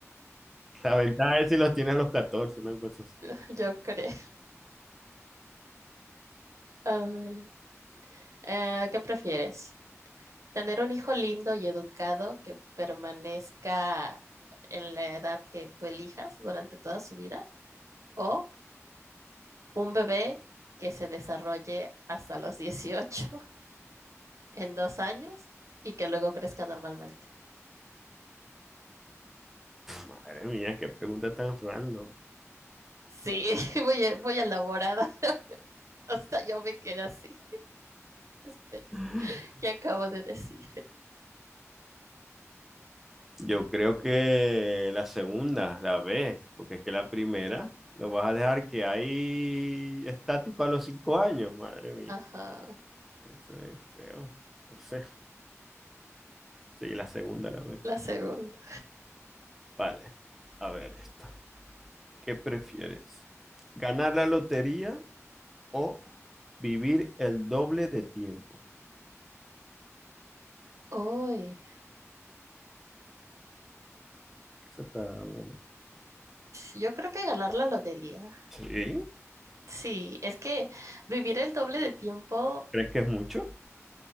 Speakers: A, in the centre; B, on the right.
A: La ventaja es si los tienes a los catorce una cosa así.
B: <laughs> yo creo. A ver, eh, ¿qué prefieres? ¿Tener un hijo lindo y educado que permanezca en la edad que tú elijas durante toda su vida? ¿O un bebé que se desarrolle hasta los 18 en dos años y que luego crezca normalmente.
A: Madre mía, qué pregunta tan random.
B: Sí, <laughs> voy, a- voy elaborada. <laughs> Hasta yo me quedé así. Espera,
A: <laughs>
B: ¿qué acabo de decir?
A: Yo creo que la segunda, la B, porque es que la primera lo vas a dejar que ahí estático a los cinco años. Madre mía,
B: Ajá,
A: eso es feo. No sé. Sí, la segunda, la B.
B: la segunda.
A: Vale. A ver esta. ¿Qué prefieres? ¿Ganar la lotería o vivir el doble de tiempo?
B: Uy,
A: Esa está buena.
B: yo creo que ganar la lotería.
A: ¿Sí?
B: Sí, es que vivir el doble de tiempo,
A: ¿Crees que es mucho?